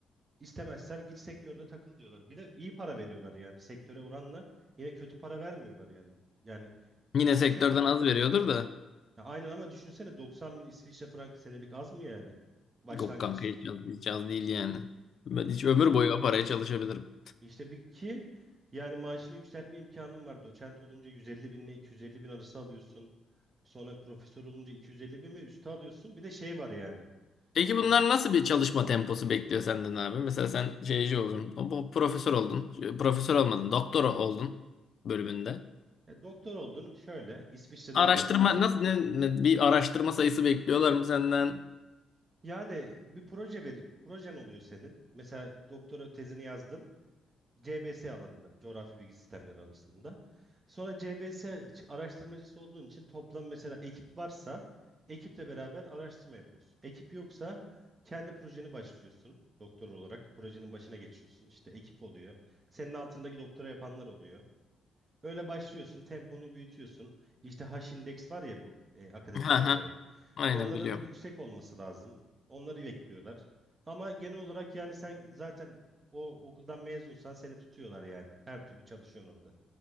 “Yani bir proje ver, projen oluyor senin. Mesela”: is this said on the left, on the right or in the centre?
Right